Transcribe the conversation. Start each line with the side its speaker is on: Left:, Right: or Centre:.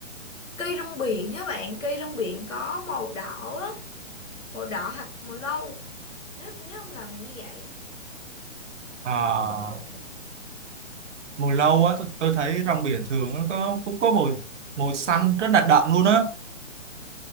Left: cây rong biển á bạn cây rong biển có màu đỏ á màu đỏ hoặc màu nâu nếu tôi nhớ không lầm là như vậy
Right: Ờ, mùi lâu á tôi, tôi thấy rong biển thường nó có cũng có mùi mùi xanh rất là đậm luôn á